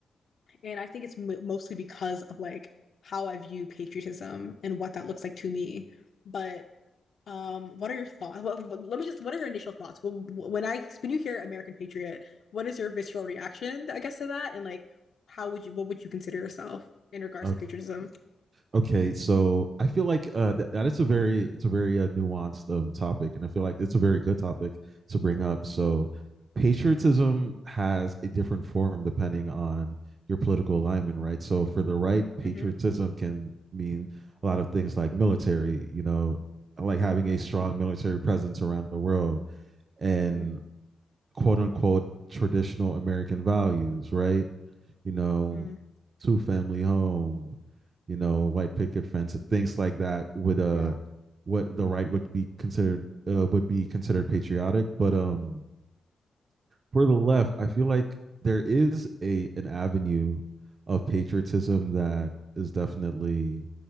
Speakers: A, on the left (about 60°); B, on the right (about 50°).
A: and I think it's m mostly because of like how I view patriotism and what that looks like to me. But um, what are your thoughts? What, what- <laughs> let me just. What are your initial thoughts Wh- when I when you hear American Patriot? What is your visceral reaction, I guess, to that? And like, how would you? What would you consider yourself in regards
B: Okay.
A: to patriotism?
B: Okay, so I feel like uh, that, that it's a very it's a very uh, nuanced um, topic, and I feel like it's a very good topic to bring up. So, patriotism has a different form depending on your political alignment, right? So, for the right, patriotism
A: Mm-hmm.
B: can mean a lot of things like military, you know, like
A: Mm,
B: having a strong military presence around the world, and
A: hmm
B: quote unquote traditional American values, right? you know,
A: mm,
B: two family home, you know, white picket fence, things like that would uh
A: yeah.
B: what the right would be considered uh, would be considered patriotic, but um for the left, I feel like there is a an avenue of patriotism that is definitely